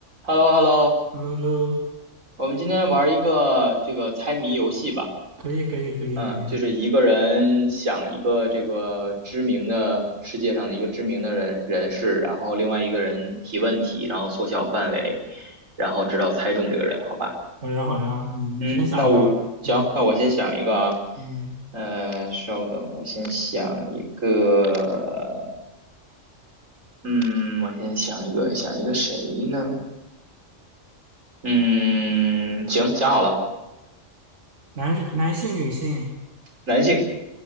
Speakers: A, on the right; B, on the right.
A: h e l l o h e l l o
B: Hello hello，
A: 我们今天玩一个这个猜谜游戏吧。
B: 可以可以可以可以，
A: 嗯，就是一个人想一个这个知名的世界上的一个知名的人人士，然后另外一个人提问题，然后缩小范围，然后直到猜中这个人，好吧？
B: 好呀好呀，嗯，
A: 嗯，
B: 你先想吧，
A: 那我行，
B: 嗯
A: 那我先想一个啊。
B: 嗯，
A: 呃，稍等，我先想一个。嗯，我先想一个，想一个谁呢？嗯，行，想好了，
B: 男男性女性，
A: 男性，